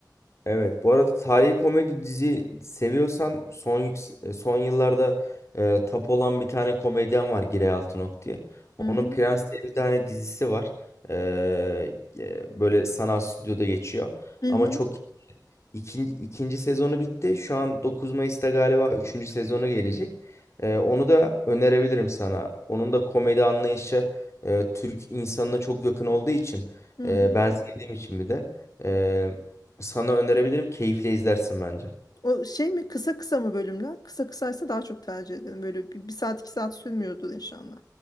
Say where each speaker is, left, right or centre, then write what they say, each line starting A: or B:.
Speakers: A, on the left; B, on the left.
A: evet. Bu arada tarihi komedi dizi seviyorsan son yüks- son yıllarda eee tap olan bir tane komedyen var Giray Altınok diye.
B: Hı
A: Onun
B: hı.
A: Prens diye bir tane dizisi var. Eee, e, böyle sanal stüdyoda geçiyor.
B: Hı
A: Ama
B: hı.
A: çok İkinci, ikinci sezonu bitti. Şu an 9 Mayıs'ta galiba üçüncü sezonu gelecek. Ee, onu da önerebilirim sana. Onun da komedi anlayışı e, Türk insanına çok yakın olduğu için
B: Hı
A: e,
B: hı.
A: ben sevdiğim için bir de e, sana önerebilirim. Keyifle izlersin bence.
B: O şey mi kısa kısa mı bölümler? Kısa kısaysa daha çok tercih ederim. Böyle bir, bir saat iki saat sürmüyordur inşallah.